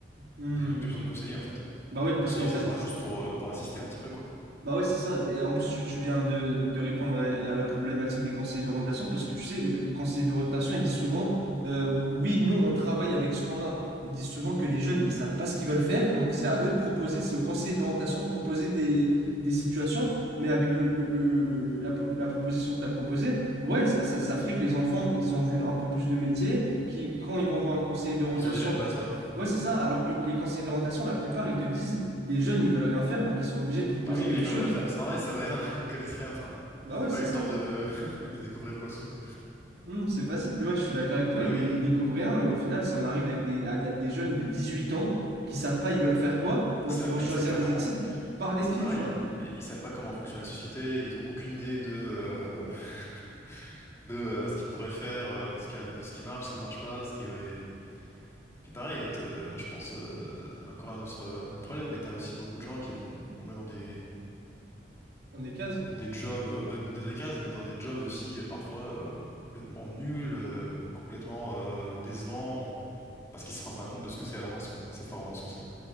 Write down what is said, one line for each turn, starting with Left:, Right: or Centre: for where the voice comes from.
Right: hmm.
Left: Ils n'ont même plus besoin de conseiller, en fait.
Right: Bah oui,
Left: Le
Right: parce
Left: conseiller,
Right: qu'en
Left: ça
Right: fait.
Left: sera juste pour, euh, pour assister un petit peu, quoi.
Right: Bah ouais, c'est ça. Bah, Et en plus, tu, tu viens de, de répondre à, à la problématique des conseillers d'orientation parce que tu sais, les pro- conseillers d'orientation, ils disent souvent, euh, oui, nous, on travaille avec ce qu'on a. Ils disent souvent que les jeunes, ils savent pas ce qu'ils veulent faire. Donc, c'est à eux de proposer, c'est aux conseillers d'orientation de proposer des, des situations. Mais avec le, le- le- le- le- la, po- la proposition que tu as proposée, ouais, ça, ça, ça ferait que les enfants, ils ont vu un peu plus de métiers, qui, quand ils vont voir un conseiller d'orientation,
Left: Ils ont déjà une base, ouais.
Right: ouais, c'est ça. Alors que le- les conseillers d'orientation, la plupart, ils te disent, les jeunes, ils veulent rien faire, donc ils sont obligés de proposer
Left: Bah oui, mais
Right: quelque
Left: ils veulent
Right: chose.
Left: rien faire, mais c'est normal, ils savent rien, <laughs> ils connaissent rien, enfin,
Right: Bah
Left: ils n'ont
Right: ouais,
Left: pas
Right: c'est
Left: eu le
Right: ça.
Left: temps de... <laughs> de découvrir quoi que ce soit.
Right: Hmm, c'est facile. Ouais, je suis d'accord avec toi.
Left: Bah
Right: Ils,
Left: oui,
Right: ils découvrent rien et au final, ça en arrive avec des, à des jeunes de 18 ans qui savent pas ils veulent faire quoi, donc
Left: ils sa-
Right: ils vont
Left: mais
Right: choisir
Left: ils savent pas
Right: des
Left: comment,
Right: études par dépit,
Left: c'est pareil,
Right: tu vois,
Left: mais ils savent pas comment fonctionne la société, ils ont aucune idée de, euh, <laughs> de euh, ce qu'ils pourraient faire, euh, de ce qui... de ce qui marche, ce qui marche pas, ce qui est... Puis pareil, t'as- moi je pense euh, encore à un autre, euh, un problème, mais t'as aussi beaucoup de gens qui vont tomber dans des
Right: dans des cases.
Left: des jobs, euh, dans des tricases, mais dans des jobs aussi euh, parfois euh, complètement nuls, euh, complètement euh, décevants, ou... parce qu'ils se rendent pas compte de ce que c'est à l'avance, quoi. Ils savent pas vraiment ce que c'est.